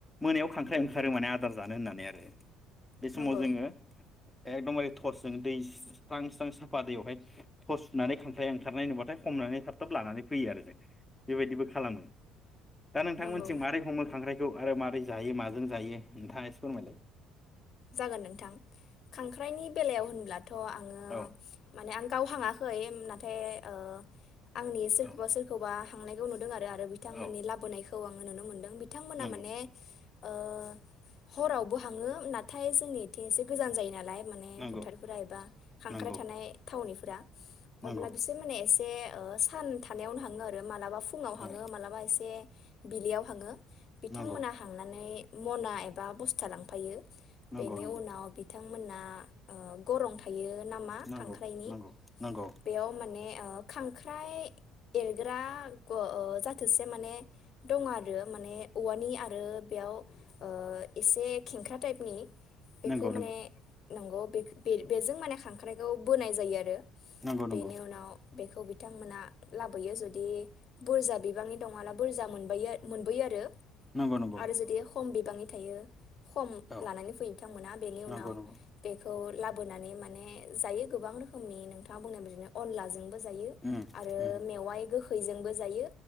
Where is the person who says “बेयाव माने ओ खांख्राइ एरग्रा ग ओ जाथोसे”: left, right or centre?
Left